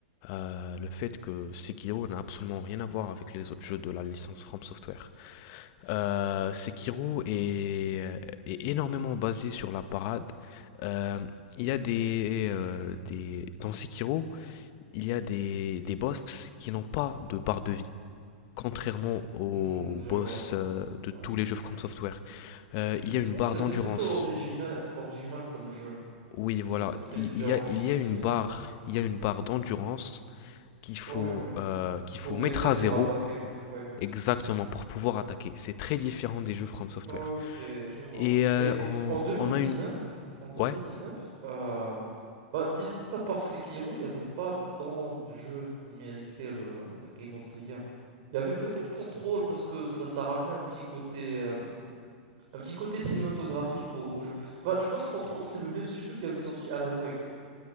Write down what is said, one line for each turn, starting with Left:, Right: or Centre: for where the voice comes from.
Left: euh, le fait que Sekiro n'a absolument rien à voir avec les autres jeux de la licence From Software. Euh, Sekiro est, est énormément basé sur la parade. Euh, il y a des, euh, des... Dans Sekiro, il y a des, des boss qui n'ont pas de barre de vie. contrairement au
Right: Mmh, je
Left: boss
Right: vois.
Left: euh, de
Right: Ouais,
Left: tous
Right: je vois,
Left: les jeux From
Right: je vois.
Left: Software. Euh, il y a une
Right: Mais bon,
Left: barre
Right: c'est
Left: d'endurance.
Right: c'est plutôt original, original comme jeu.
Left: Oui,
Right: C'est
Left: voilà,
Right: c'est- c'est très
Left: il
Right: différent
Left: il y a,
Right: de
Left: il
Right: ce
Left: y
Right: qu'il
Left: a
Right: faisait.
Left: une barre, il y a une barre d'endurance qu'il faut,
Right: Ouais, ouais.
Left: euh, qu'il
Right: Il faut
Left: faut
Right: baisser
Left: mettre à
Right: pour
Left: zéro
Right: attaquer. Ouais.
Left: exactement pour pouvoir attaquer. C'est très différent des jeux From Software.
Right: Ok, je vois.
Left: Et euh,
Right: Mais
Left: on,
Right: en 2019,
Left: on a une,
Right: en
Left: ouais,
Right: 2019, euh, ben, disons qu'à part Sekiro, il n'y avait pas tant de jeux qui méritaient le, le Game of the Year. Il y avait peut-être Control parce que ça, ça ramenait un petit côté, euh, un petit côté cinématographique au, au jeu. Ben, je pense que Control, c'est le même studio qui avait sorti Alan Wake.